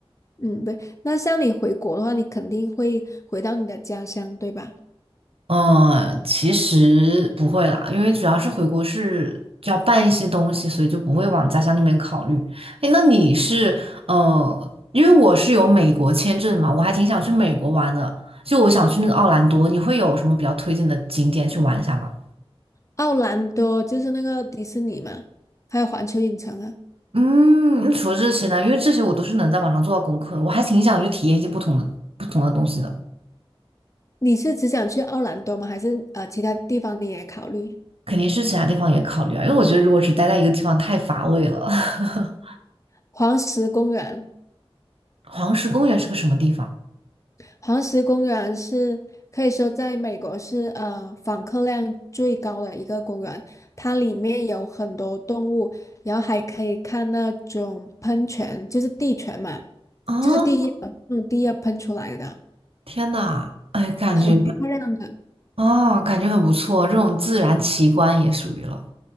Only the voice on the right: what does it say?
嗯，其实不会啦，因为主要是回国是就要办一些东西，所以就不会往家乡那边考虑。哎，那你是呃，因为我是有美国签证嘛，我还挺想去美国玩的，就我想去那个奥兰多，你会有什么比较推荐的景点去玩一下吗？
嗯，那除了这些呢，因为这些我都是能在网上做到功课的，我还挺想去体验一些不同的不同的东西的。
肯定是其他地方也考虑啊，因为我觉得如果只待在一个地方太乏味了。<laughs>
黄石公园是个什么地方？
哦，
天呐，哎，感觉
哦，感觉很不错，这种自然奇观也属于了。